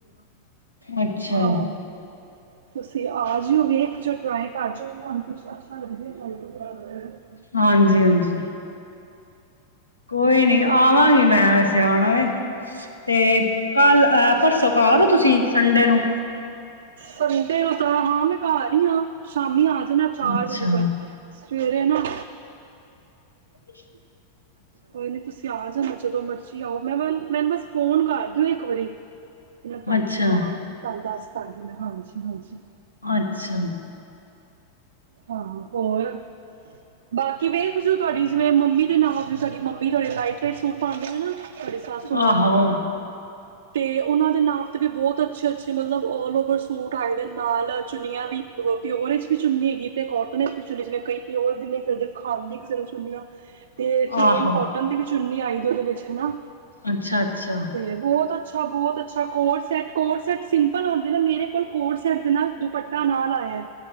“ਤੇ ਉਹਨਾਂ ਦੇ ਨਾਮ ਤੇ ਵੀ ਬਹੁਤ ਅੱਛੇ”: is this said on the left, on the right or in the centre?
Right